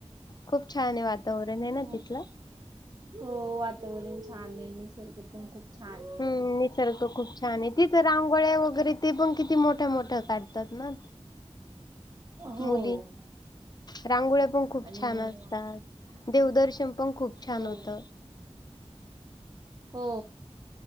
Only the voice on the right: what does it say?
हो
हो वातावरण छान आहे निसर्ग पण खूप छान आहे.
हो
आणि
हो
हो